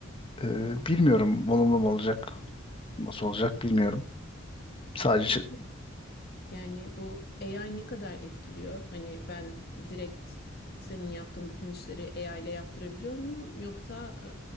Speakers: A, on the left; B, on the left.
A: E, bilmiyorum olumlu mu olacak, nasıl olacak bilmiyorum. Sadece
B: Peki yani bu AI ne kadar etkiliyor? Hani ben direkt senin yaptığın bütün işleri AI ile yaptırabiliyor muyum? Yoksa e,